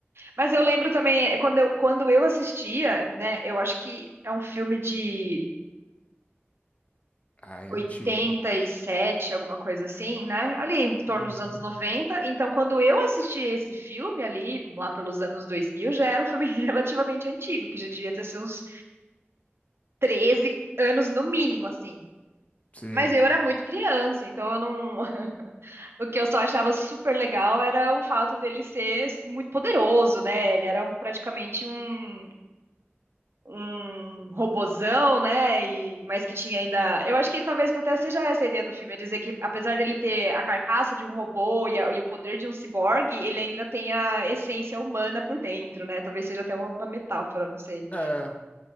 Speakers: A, on the right; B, on the left.
A: Mas eu lembro também, quando eu, quando eu assistia, né? Eu acho que é um filme de
B: Ah, é
A: 87
B: antigo.
A: alguma coisa assim, né? Ali em torno
B: Uhum.
A: dos anos noventa Então, quando eu assisti esse filme ali, lá pelos anos 2000 já era um filme <laughs> relativamente antigo, que já devia ter seus 13 anos no mínimo, assim.
B: Sim.
A: Mas eu era muito criança, então eu não. <laughs> O que eu só achava super legal era o fato dele ser muito poderoso, né? Ele era praticamente um um robozão, né? E, mas que tinha ainda. Eu acho que talvez até seja essa a ideia do filme, é dizer que apesar dele ter a carcaça de um robô e, a- e o poder de um ciborgue, ele ainda tem a essência humana por dentro, né? Talvez seja até uma, uma metáfora, não sei.
B: É,